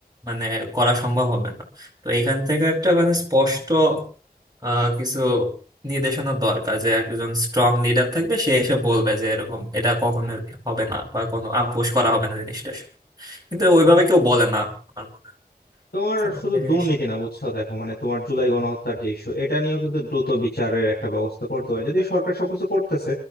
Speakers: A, on the right; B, on the left.
A: মানে করা সম্ভব হবে না তো এখান থেকে একটা মানে স্পষ্ট আহ কিছু নির্দেশনা দরকার যে একজন স্ট্রং লিডার থাকবে সে এসে বলবে যে এরকম এটা কখনো হবে না বা কোনো আপোষ করা হবে না জিনিসটা কিন্তু ওইভাবে কেউ বলে না আমার মনে হয়।
B: তোমার
A: তো
B: শুধু
A: ওই জিনিসটা
B: দুর্নীতি না বুঝছো দেখো মানে তোমার জুলাই গণহত্যার যে ইস্যু এটা নিয়েও কিন্তু দ্রুত বিচারের একটা ব্যবস্থা করতে পারে যদিও সরকার সবকিছু করতেছে